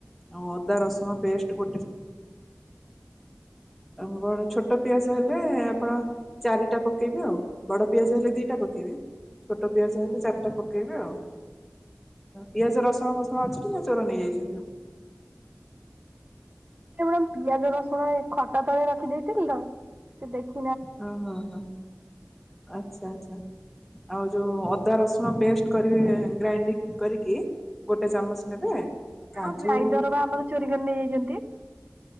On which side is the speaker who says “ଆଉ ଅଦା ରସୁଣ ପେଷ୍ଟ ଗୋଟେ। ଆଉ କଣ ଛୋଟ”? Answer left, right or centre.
Centre